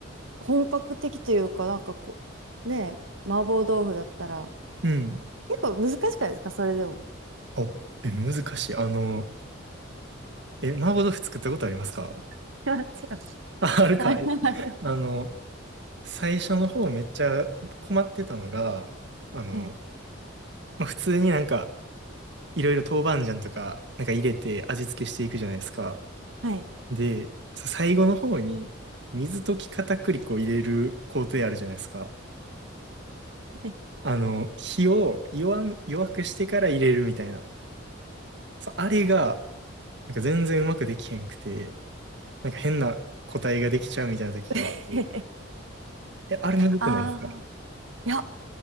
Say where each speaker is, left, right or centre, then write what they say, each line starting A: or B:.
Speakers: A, on the right; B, on the right.
A: 本格的というか、なんかこう、ねえ、麻婆豆腐だったら、
B: うん。
A: 結構難しくないですかそれでも。
B: お、え、難しい。あの、え、麻婆豆腐作ったことありますか
A: <laughs> 違う。
B: あ、
A: <laughs>
B: あるかい。
A: あるある。
B: あの、最初の方めっちゃ困ってたのが、あの、
A: はい。
B: まあ、普通になんか、いろいろ豆板醤とか、なんか入れて味付けしていくじゃないですか。
A: はい。
B: で、さ最後の方に水溶き片栗粉を入れる工程あるじゃないですか。
A: はい
B: あの、火を弱む、弱くしてから入れるみたいな。そうあれが、なんか全然うまくできへんくて、なんか変な個体ができちゃうみたいな時があって、
A: <laughs>
B: え、あれむずくないですか
A: ああー、いや、